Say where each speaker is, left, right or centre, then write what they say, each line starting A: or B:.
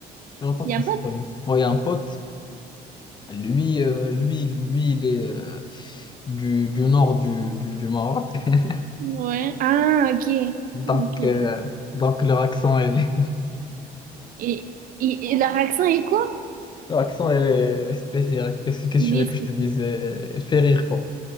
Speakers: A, on the left; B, on the right.
A: fait longtemps
B: Il
A: qu'on
B: y a
A: s'est
B: pas
A: pas vu. Ouais, il y a un pote. Lui, euh, lui, lui, il est euh, du, du nord du, du, du Maroc. <laughs>
B: de... Ouais. Ah, ok.
A: Donc,
B: Ok.
A: euh, donc leur accent, elle est,
B: Et, et, et leur accent est quoi?
A: <laughs> leur accent, elle est spéciale. Qu'est-ce que qu'est-ce
B: Il
A: que tu veux
B: est-
A: que je te dise? Elle elle fait rire, quoi.